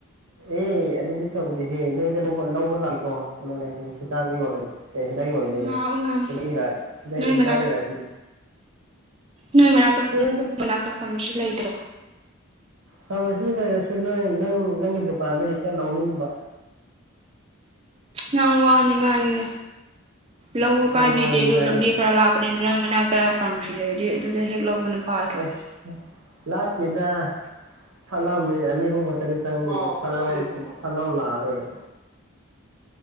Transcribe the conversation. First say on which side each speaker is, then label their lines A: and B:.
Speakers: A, on the right; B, on the right.
A: ꯑꯦ ꯑꯗꯨꯗꯤ ꯇꯧꯗꯦꯍꯦ ꯅꯣꯏꯗ ꯂꯧꯕ ꯂꯧꯕ ꯂꯥꯛꯀꯦꯀꯣ ꯀꯩꯅꯣꯅꯦ ꯅꯤꯁꯤꯀꯥꯖꯨ ꯌꯣꯜꯂꯦ ꯑꯦ ꯍꯤꯗꯥꯛ ꯌꯣꯜꯂꯗꯤ
B: ꯂꯥꯛꯎꯅ
A: ꯏꯗꯛ ꯏꯔꯥꯏ ꯍꯤꯗꯥꯛ
B: ꯅꯣꯏ
A: ꯏ
B: ꯃꯅꯥꯛꯇ
A: ꯆꯥꯒꯦꯔꯗꯤ
B: ꯅꯣꯏ ꯃꯅꯥꯛꯇꯣ ꯎꯝ
A: ꯅꯣꯏꯗ
B: ꯃꯅꯥꯛꯇꯣ ꯐꯥꯔꯃꯥꯁꯤ ꯂꯩꯇ꯭ꯔꯣ
A: ꯐꯔꯃꯁꯤ ꯂꯩꯔꯁꯨ ꯅꯣꯏ ꯅꯪ ꯅꯪꯒꯤ ꯗꯨꯀꯥꯟꯗ ꯍꯦꯛꯇ ꯂꯧꯅꯤꯡꯕ
B: ꯅꯡ ꯋꯥꯅꯤ ꯉꯥꯏꯅꯤꯗ ꯂꯧꯋꯣ
A: ꯅꯪ
B: ꯀꯥꯏꯕꯤꯗꯦꯁꯨ
A: ꯋꯥꯅꯤ ꯉꯥꯏ
B: ꯂꯝꯕꯤ ꯈꯔ ꯂꯥꯞ ꯄꯅꯤ ꯅꯣꯏ ꯃꯅꯥꯛꯇ ꯐꯥꯔꯃꯥꯁꯤ ꯂꯩꯔꯗꯤ ꯑꯗꯨꯗ ꯍꯦꯛ ꯂꯧꯕꯅ ꯐꯗ꯭ꯔꯣ
A: ꯑꯦꯁ ꯍꯨꯝ ꯂꯥꯞꯇꯦꯗ ꯐꯠꯂꯝꯃꯤ ꯑꯅꯤ ꯑꯍꯨꯝ ꯈꯛꯇꯅꯤ ꯆꯪꯒꯅꯤꯗ ꯐꯠꯂꯥꯎ ꯅꯪ ꯀꯩꯗꯩꯅꯣꯕ ꯐꯠꯂꯥꯎ ꯐꯠꯂꯥꯎ ꯂꯥꯛꯑ ꯂꯣꯏꯔꯦ